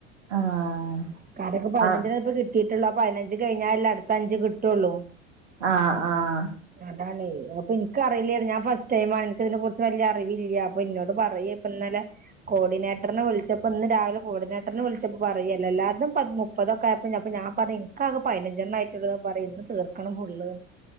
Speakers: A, on the right (about 75°); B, on the right (about 25°).
A: ആഹ്
B: കാരൊക്ക പതിനഞ്ചെണം
A: ആഹ്
B: ഇപ്പ കി ട്ടീട്ടുള്ളു ആ പതിനഞ്ച് കയിഞ്ഞാലലേ അടുത്ത അഞ്ച് കിട്ടൊള്ളൂ.
A: ആഹ് ആഹ്.
B: അതാണെയ് അപ്പൊ എക്കിറിയിലേറ്നു ഞാൻ ഫസ്റ്റ് ടൈമാ എക്കി ഇതിനെ കുറിച്ച് വല്യ റിവില്യ അപ്പൊ ഇന്നോട് പറയ ഇപ്പന്നലെ. കോർഡിനേട്രിനെ വിളിച്ചപ്പോ ഇന്ന് രാവിലെ കോർഡിനേട്രിനെ വിളിച്ചപ്പോ പറയലല്ലാൽതും പതി മുപ്പ് മുപ്പതൊക്കെയപ്പ പ്പ ഞാൻ പറഞ് ഇനിക്കാകെ പയിനഞ്ചെണ്ണം ആയിട്ടൊളന്ന് പറയും ഇന്ന് തീർക്കണം ഫുള്ന്ന്.